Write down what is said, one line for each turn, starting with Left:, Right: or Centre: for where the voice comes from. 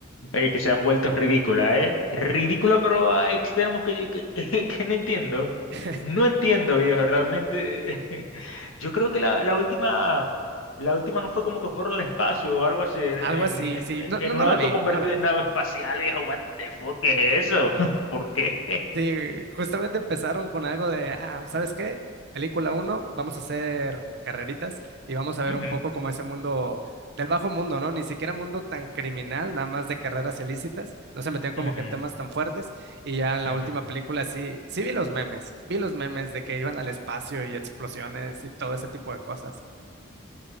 Left: Oye, que se han vuelto ridículas, ¿eh? Ridícula, pero a extremos que yo que, <laughs> que no entiendo.
Right: <laughs>
Left: No entiendo, viejo, realmente. <laughs> Yo creo que la, la última, la última no fue como que fueron al espacio o algo así, en,
Right: Algo así,
Left: en,
Right: sí,
Left: en
Right: no, no,
Left: un
Right: no
Left: auto
Right: la vi,
Left: convertido
Right: no la vi.
Left: en nave espacial, viejo. What the fuck, ¿qué es eso? <laughs> ¿Por qué?
Right: Sí, justamente empezaron con algo de, ah, ¿sabes qué? Película uno, vamos a hacer carreritas y vamos a ver
Left: <laughs> Ujú,
Right: un poco como ese mundo del bajo mundo, ¿no? Ni siquiera mundo tan criminal, nada más de carreras ilícitas, no se metían como
Left: ujú,
Right: que en temas tan fuertes y ya en la
Left: ujú.
Right: última película sí, sí vi los memes, vi los memes de que iban al espacio y explosiones y todo ese tipo de cosas.